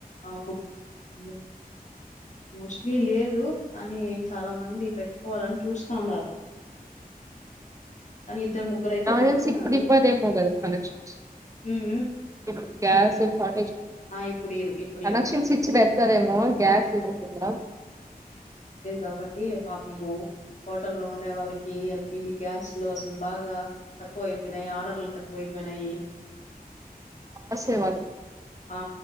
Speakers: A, on the left; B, on the right.
A: అవును అం మోస్ట్లీ లేదు కానీ చాలా మంది పెట్టుకోవాలని చూస్తా ఉన్నారు కానీ ఇద్దరు ముగ్గురైతే
B: నాక్
A: పెట్టుకున్నారు.
B: ఇప్పుడు ఇవ్వదేమో కదా కనెక్షన్
A: హ్మ్. హ్మ్.
B: ఇప్పుడు గ్యాస్ షార్టేజ్
A: ఆ! ఇప్పుడీయరు. ఇప్పుడీయరు.
B: కనెక్షన్ స్విచ్
A: ఇప్
B: పెతుారేమో గ్యాస్ ఇకుంద
A: కాబట్టి పాపము హోటల్లో ఉండే వాళ్ళకి ఎల్పిజి గ్యాస్లు అసలు బాగా తక్కువయిపోయినయి ఆర్డర్లు తక్కువైపోయినయి
B: లాసే వాళ్ళకి
A: ఆ